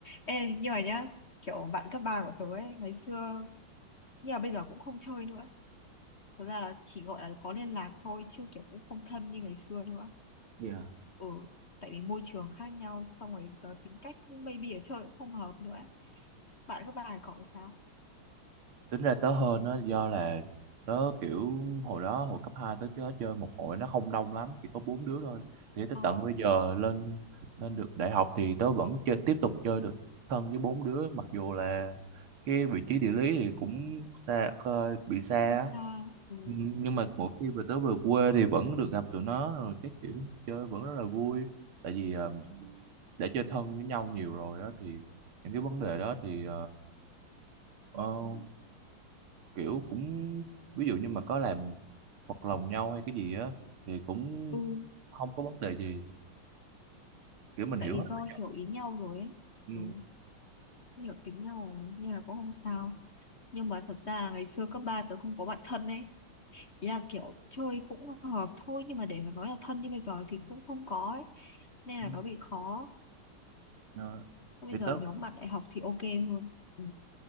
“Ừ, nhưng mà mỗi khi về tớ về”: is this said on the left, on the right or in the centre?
Right